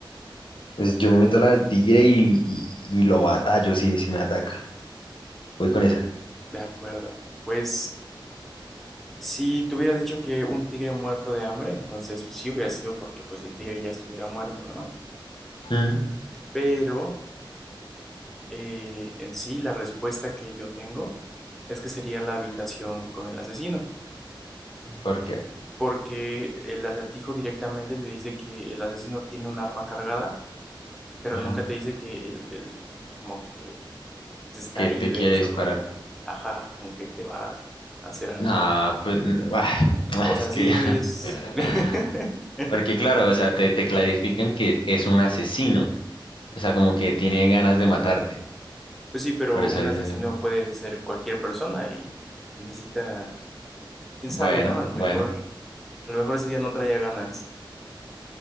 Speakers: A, on the left; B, in the centre.
A: pues yo me meto a la del tigre y, y- y lo batallo si, si me ataca. Voy con esa.
B: De acuerdo. Pues si te hubiera dicho que un tigre muerto de hambre, entonces sí hubiera sido porque pues el tigre ya estuviera muerto, ¿no?
A: Mm,
B: Pero eh, en sí la respuesta que yo tengo es que sería la habitación con el asesino,
A: ¿Por qué?
B: porque el acertijo directamente te dice que el asesino tiene un arma cargada pero
A: Ajá.
B: nunca te dice que el, el- como que está
A: que
B: ahí,
A: te
B: ¿ves?
A: quiere disparar.
B: O como que, ajá, como que te va a hacer algo.
A: Ah, pues, mm, bah, <laughs>
B: O sea,
A: es que
B: sí es...
A: <laughs>
B: <laughs>
A: Porque claro, o sea, te, te clarifican que es un asesino. O sea, como que tiene ganas de matarte.
B: Pues sí, pero
A: Por eso
B: un
A: dice,
B: asesino puede ser cualquier persona y necesita, quién
A: bueno,
B: sabe, ¿no? A lo
A: bueno,
B: mejor, a lo mejor ese día no traía ganas.